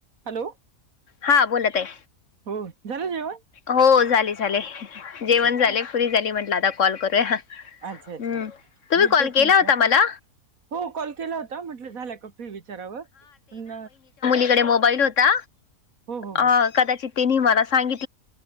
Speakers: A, on the right; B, on the left.
A: हॅलो.
B: हा बोला ताय.
A: हो झालं जेवन?
B: हो झाले-झाले जेवण
A: अच्छा
B: झाले फ्री झाले म्हटलं आता कॉल करूया. हम्म,
A: अच्छा अच्छा
B: तुम्ही
A: मी
B: कॉल
A: तेच
B: केला
A: म्हटलं
B: होता मला?
A: हो कॉल केला होता म्हटलं झाल्या का फ्री विचारावं पण
B: कडे मोबाईल होता
A: हो हो
B: अ
A: हो
B: कदाचित तिने मला सांगि